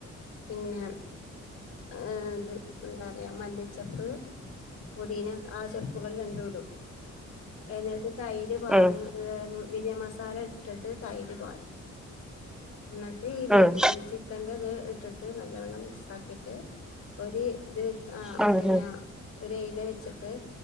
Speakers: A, on the left (about 50°); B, in the centre.
A: പിന്നെ ഏഹ് ഇത് എന്താ പറയാ മല്ലിചെപ്പ് പൊതീന ആഹ് ചെപ്പുകൾ രണ്ടും ഇടും എന്നിട്ട് തൈര് പാർന്ന്
B: ഉം ഉം
A: ഏഹ് ഉം ബിരിയ മസാല ഇട്ടിട്ട് തൈര് പാരും ന്നട്ട് ഈ ബി
B: ഉം
A: ചി ക്കന്റെ ഇത് ഇട്ടിട്ട് നല്ലവണ്ണം മിക്സ് ആക്കിയിട്ട് ഒരു ഇത് വെ ആഹ്
B: ഉം
A: പിന്നെ ഒരു എയില വെച്ചിട്ട്